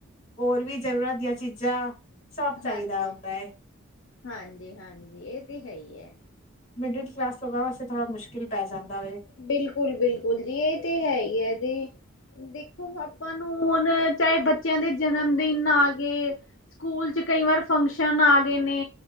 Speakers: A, on the left (about 35°); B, on the left (about 65°).
A: ਹੋਰ ਵੀ ਜ਼ਰੂਰਤ ਦੀਆਂ ਚੀਜ਼ਾਂ ਸਭ ਚਾਹੀਦਾ
B: ਹਾਂਜੀ
A: ਹੁੰਦਾ ਹੈ
B: ਹਾਂਜੀ - ਹਾਂਜੀ ਇਹ ਤੇ ਹੈ ਹੀ ਏ।
A: ਮਿਡਲ ਕਲਾਸ ਲੋਕਾਂ ਵਾਸਤੇ ਥੋੜਾ ਮੁਸ਼ਕਿਲ ਪੈ ਜਾਂਦਾ ਏ
B: ਬਿਲਕੁਲ - ਬਿਲਕੁਲ ਜੀ ਇਹ ਤੇ ਹੈ ਹੀ ਹੈ ਜੀ। ਦੇਖੋ ਆਪਾਂ ਨੂੰ ਹੁਣ ਚਾਹੇ ਬੱਚਿਆਂ ਦੇ ਜਨਮ ਦਿਨ ਆ ਗਏ ਸਕੂਲ 'ਚ ਕਈ ਵਾਰ ਫੰਕਸ਼ਨ ਆ ਗਏ ਨੇ